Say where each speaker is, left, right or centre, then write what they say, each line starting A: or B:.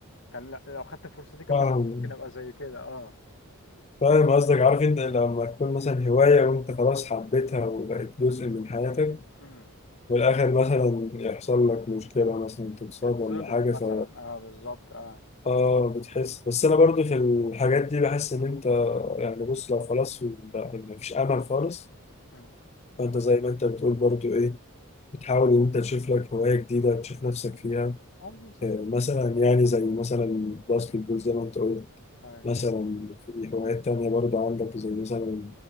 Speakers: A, on the left (about 55°); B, on the left (about 30°).
A: كان لا- لو خدت فرصتي كان
B: فاهم
A: مثلا ممكن ابقى زي كده اه
B: فاهم قصدك عارف انت لما تكون مثلا هواية وانت خلاص حبيتها وبقت جزء من حياتك
A: امم
B: والاخر مثلا يحصل لك مشكلة مثلا تتصاب
A: تتظلم
B: ولا حاجة
A: مثلا
B: ف
A: اه بالظبط اه
B: اه بتحس بس انا برضو في الحاجات دي بحس ان انت يعني بص لو خلاص ما فيش امل خالص
A: امم
B: فانت زي ما انت بتقول برضو ايه بتحاول ان انت تشوف لك هواية جديدة تشوف نفسك فيها
A: اه بالظبط
B: آه، مثلا يعني زي مثلا الباسكت بول زي ما انت قلت
A: هاي
B: مثلا في هوايات تانية برضه عندك زي مثلا